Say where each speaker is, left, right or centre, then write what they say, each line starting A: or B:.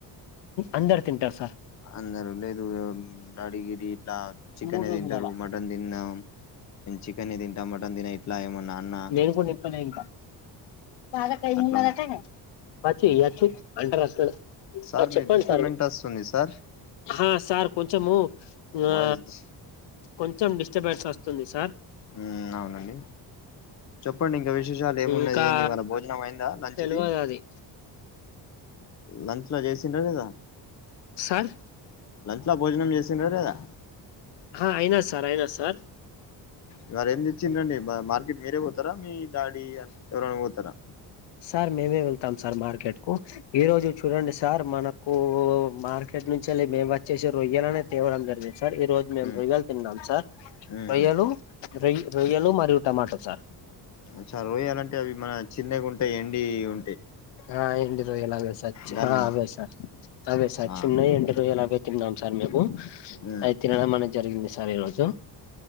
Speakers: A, on the left; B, on the left.
A: అందరు తింటారు సార్
B: అందరు లేదు అదిగిది ఇట్లా చికెనే
A: మూడు రోజులు
B: దింటరు
A: అలా
B: మటన్ దినం చికెన్ తింటాం మటన్ దినే ఇట్లా ఏమన్నా అన్న
A: ఎదుటోనికి చెప్తా నేనింకా యాలకాయ్
B: అట్లా
A: ఉండాలటగా అక్కి అక్కి అంటరట్లనే
B: సార్
A: చెప్పండి
B: మీ డిస్టర్బెంట్
A: సార్
B: వస్తుంది సార్
A: ఆ సార్ కొంచము ఆ
B: వాయిస్
A: కొంచెం డిస్టర్బెన్స్ వస్తుంది సార్
B: ఉమ్ అవునండి చెప్పండి ఇంకా విశేషాలు ఏమున్నయి
A: ఇంకా
B: ఏంది ఈ వాళ్ళ భో జనంమైందా లంచ్ది
A: తెలియదు అది
B: లంచ్ లో చేసింద్ర లేదా
A: సార్
B: లంచ్ లో భోజనం చేసిండ్ర లేదా
A: ఆహ అయినా సార్ అయినా సార్
B: ఇవారా ఏం తెచ్చిందండి మార్కెట్ మీరే పోతారా మీ డాడీ అని ఎవరనా పోతారా
A: సార్ మేమే వెళ్తాం సార్ మార్కెట్ కు ఈ రోజు చూడండి సార్ మనకు మార్కెట్ నుంచిళ్ళ మేము వచ్చేసి రొయ్యాల అనే తేవ్డం జరిగింది సార్ ఈ రోజు మేము
B: మ్మ్
A: రొయ్యలు తిన్నాం సార్
B: మ్మ్
A: రొయ్యలు
B: హ్మ్
A: రొయ్య రొయ్యలు మరియు టమాటో సార్
B: అ చ రొయ్యలాం అంటే అవి మన చిన్నగుంటై ఎండి ఉ
A: ఆ ఎండి రొయ్యాల్ అవే సార్ చిన్
B: దాన్ని
A: ఆ అవే సార్ అవే సార్
B: ఆ
A: చిన్నై ఎండి రొయ్యాల్ ఆవే తిన్నాం సార్ మేము
B: ఉమ్.
A: అది తినడం అనేది జరిగింది సార్ ఈ రోజు